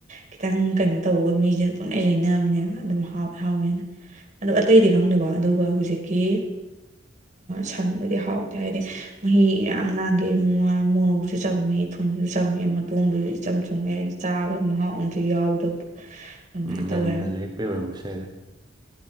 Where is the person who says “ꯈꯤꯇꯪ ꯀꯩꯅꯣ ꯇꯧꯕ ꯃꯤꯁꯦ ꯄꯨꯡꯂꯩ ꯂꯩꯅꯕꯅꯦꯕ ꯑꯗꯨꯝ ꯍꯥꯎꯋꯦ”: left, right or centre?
Right